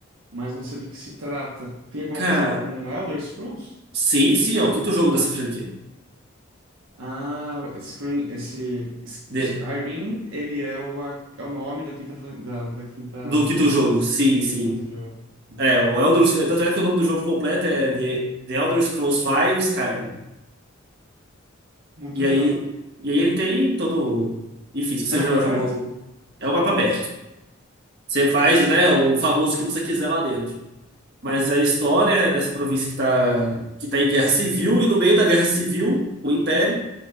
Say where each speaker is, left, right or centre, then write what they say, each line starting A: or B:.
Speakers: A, on the right; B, on the right.
A: mas não sei do que se trata. Tem alguma
B: Cara,
A: coisa a ver com Elder Scrolls?
B: sim, sim, é o quinto jogo dessa franquia.
A: Ah, Screen, esse S-
B: De-
A: Skyrim, ele é o, a- é o nome da quinta, fa- da, da quinta
B: do
A: versão
B: quinto jogo, sim, sim.
A: do jogo. Hum.
B: É, o Elder, Sc- tanto é que o nome do jogo completo é The, The Elder Scrolls V Skyrim.
A: Muito
B: E
A: legal.
B: aí, e aí ele tem todo. Enfim, se você
A: É mapa
B: já
A: aberto?
B: jogou. É um mapa aberto. Você faz, né, o famoso que você quiser lá dentro. Mas a história é dessa província que tá, que tá em guerra civil, e no meio da guerra civil, o Império,